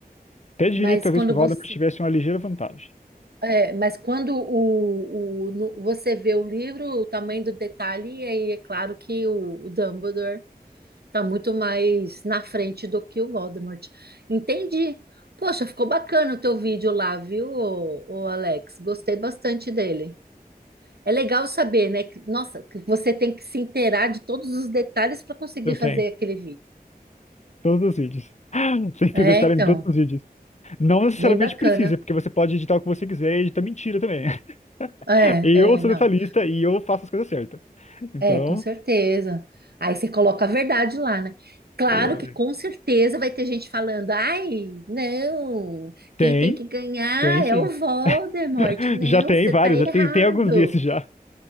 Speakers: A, on the left; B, on the right.
A: até diria
B: mas
A: que talvez
B: quando
A: que o Valdemar
B: você
A: tivesse uma ligeira vantagem.
B: é, mas quando o, o- no- você vê o livro, o tamanho do detalhe, aí é claro que o, o Dumbledore está muito mais na frente do que o Voldemort. Entendi. Poxa, ficou bacana o teu vídeo lá, viu, ô, ô Alex? Gostei bastante dele. É legal saber, né? que- nossa, que você tem que se inteirar de todos os detalhes para conseguir
A: Eu
B: fazer
A: tenho.
B: aquele vídeo.
A: Todos os vídeos. <laughs> Sem
B: É,
A: ter detalhe
B: então,
A: em todos os vídeos. Não necessariamente
B: bem bacana.
A: precisa, porque você pode editar o que você quiser e editar mentira também. <laughs>
B: É,
A: Eu
B: é,
A: sou
B: não.
A: detalhista e eu faço as coisas certas. Então,
B: É, com certeza. Aí você coloca a verdade lá, né? Claro
A: eu...
B: que com certeza vai ter gente falando: ai, não, quem
A: tem,
B: tem que ganhar
A: tem sim.
B: é o Voldemort.
A: <laughs>
B: Não,
A: Já tem
B: você
A: vários,
B: tá errado.
A: já tem, tem alguns desses já.